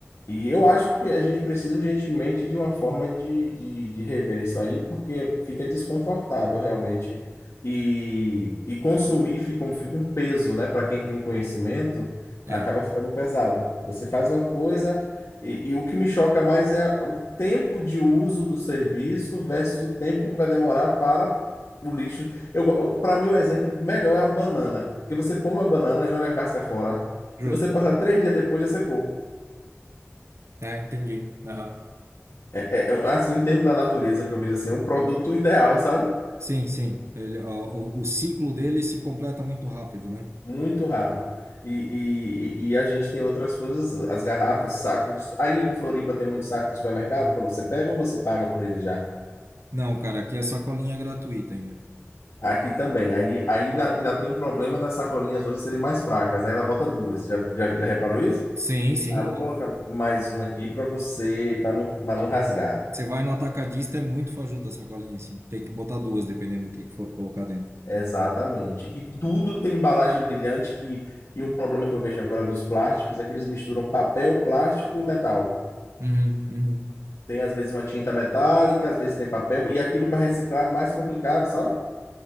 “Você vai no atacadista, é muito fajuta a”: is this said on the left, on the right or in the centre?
Right